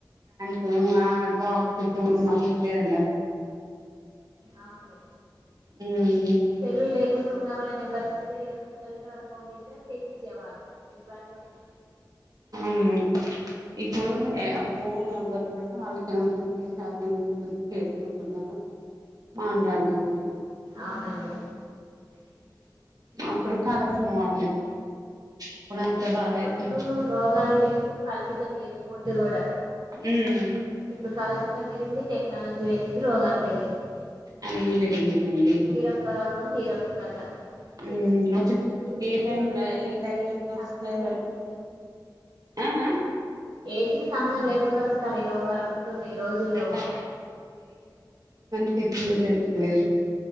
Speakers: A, on the right (about 55°); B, on the right (about 70°).
A: పో
B: రూపాయి
A: ఆ బాక్స్
B: వేసి మాట్లాడేది
A: పూరు మాచిపోయారు
B: అవును
A: మ్మ్
B: తెలవు లేయికుంట ఉన్నవళ నంబర్స్ ఇస్తే ఇక వాళ్ళ ఫోన్ చేస్తే చేసి ఇచ్చేవాళ్ళు ఇప్పుడు అట్లుంటా
A: ఉమ్ ఇప్పుడు ఆ ఫోన్ ఎవరిబడితే వాళ్ళక ఉంటుంది రీఛార్జ్ ఉంటుంది చేసుకుంటున్నారు మాట్లాడుతున్నారు ఇప్పుడు
B: అవునండి
A: అప్పుడు కాలమే బావ్వుంది ఇప్పుడు అంత బాలలేదు
B: అప్పుడు రోగాలు లేవు కలుషితం లేదు ఫుడ్ కూడా
A: ఉమ్
B: ఇప్పుడు కలుషితం పెరిగింది టెక్నాలజీ పెరిగింది రోగాలు పెరిగింది
A: అన్ని పెరిగినాయండి
B: తీరొక్క రగం తీరొక్క కథ చిన్న
A: ఉమ్
B: పిల్లలని లేదు
A: ఏ
B: పెద్దోళ్ళని
A: టైమ్ లో
B: లేదు
A: ఏ టైమ్
B: ఏజ్కి
A: లో ఎట్లా
B: సంబంధం
A: వస్తున్నాయి ఎవరికి
B: లేకుండా
A: ఆ ఆ
B: ఏజ్ కి సంబంధం లేకుండా వస్తాను రోగాలు ఈ రోజుల్లో
A: ఆ చెటింద తెలుసులేవి